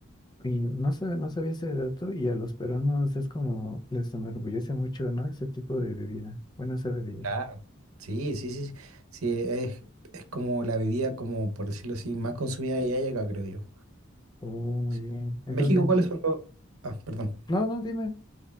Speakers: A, on the left (about 20°); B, on the right (about 85°).
A: Y no sabía no sabía ese dato y a los peruanos es como les enorgullece mucho, ¿no? Ese tipo de bebida. Bueno, esa bebida.
B: Claro. Sí, sí, sí, sí, es, es como la bebida, como por decirlo así, más consumida de allá y acá, creo yo.
A: Oh, muy
B: Sí.
A: bien. Entonces,
B: ¿En México
A: ven.
B: cuáles son los...? Ah, perdón.
A: No, no, dime.